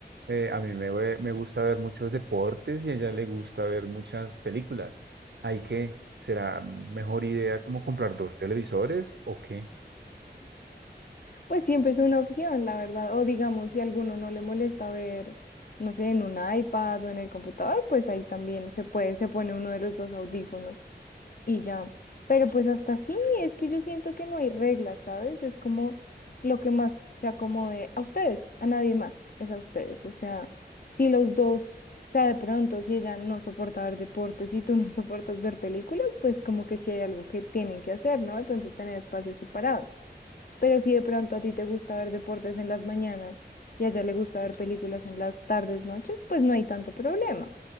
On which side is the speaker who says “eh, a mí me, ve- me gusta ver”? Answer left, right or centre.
Right